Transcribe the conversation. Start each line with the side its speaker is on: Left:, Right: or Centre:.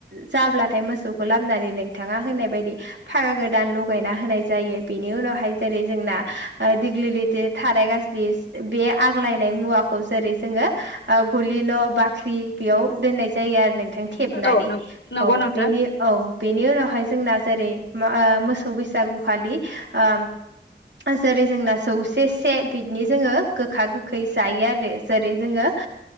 Right: जाब्लाथाय मोसौखौ लाबनानै नोंथाङा होनाय बायदि फागा गोदान लगायना होनाय जायो बेनि उनावहाय जेरै जोंना दिगलि लिति थाराय गाजलि बे आग्लायनाय मुवाखौ जेरै जोङो ओ गलि न' बाख्रि बेयाव दोननाय जायो आरो नोंथां थेबनानै
Left: औ नंगौ
Right: औ
Left: नोंथां
Right: बेनि औ बेनि उनावहाय जोंना जेरै मा ओ मोसौ बैसागुखालि ओ जेरै जोंना जौसे से बिदनि जोङो गोखा गोखै जायो आरो जेरै जोङो